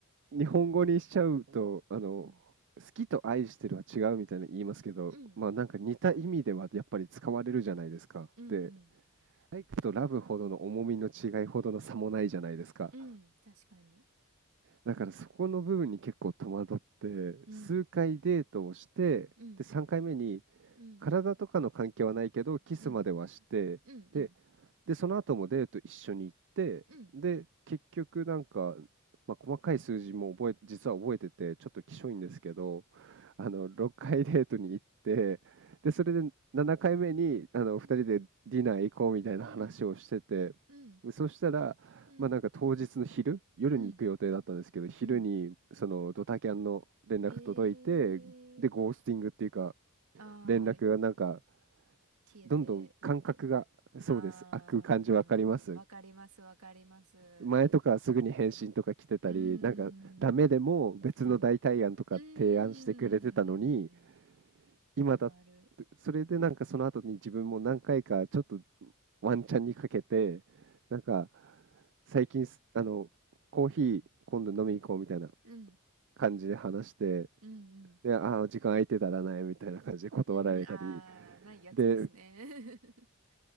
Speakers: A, on the right; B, on the right.
A: 日本語にしちゃうと、あの、
B: うん。
A: 好きと愛してるは違うみたいな言いますけど、
B: うん。
A: まあなんか似た意味ではやっぱり使われるじゃないですか。
B: うんうん。
A: で、とラブほどの重みの違いほどの差もないじゃないですか。
B: うん。確かに。
A: だからそこの部分に結構戸惑って数回デートをしてで3回目に
B: うん、うん、うん、
A: 体とかの関係はないけどキスまではしてで、
B: うん、うん、うん、
A: でその後もデート一緒に行ってで結局なんか、
B: うん、
A: まあ、細かい数字も覚え実は覚えててちょっときしょいんですけどあの6回デートに行ってでそれで7回目にあの2人でディナー行こうみたいな話をしてて
B: うん、うん、うん、
A: そしたらまあなんか当日の昼、
B: うん、
A: 夜に行く予定だったんですけど、
B: うん、
A: 昼にそのドタキャンの連絡届いて、
B: うん。えー、
A: で、ゴースティングっていうか、
B: あー、
A: 連絡がなんか、
B: 消えていって。
A: どんどん感覚が、そうです、
B: あー、
A: 開く感じわかります。
B: わかります、わかります。
A: 前とかすぐに返信とか来てたり、
B: うーん、
A: なんかダメでも別の代替案とか提案してくれてたのに、
B: うん、うーん。
A: 今だ
B: あるある。
A: それでなんかその後に自分も何回かちょっとワンチャンにかけて、なんか最近すあのコーヒー今度飲み行こうみたいな
B: うん、
A: 感じで話して、
B: うん、うん。
A: で、ああ、時間空いてたらないみたいな感じで断られたり、
B: うん、あー、ないやつですね。
A: で、
B: <laughs>